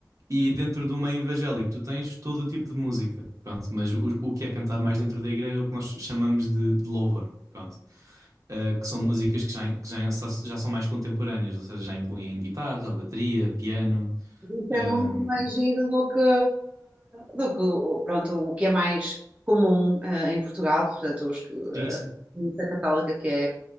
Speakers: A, on the right; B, on the right.
A: E dentro do meio evangélico, tu tens todo o tipo de música, pronto, mas o, o que é cantado mais dentro da igreja é o que nós chamamos de, de louvor, pronto. Eh, que são músicas que, já, que já, já são mais contemporâneas, ou seja, já incluem guitarra, bateria, piano.
B: Isso
A: ahm,
B: é muito mais giro do que, do que pronto, o que é mais comum eh, em Portugal, portanto, os, que, eh,
A: sim, sim.
B: a missa católica que é,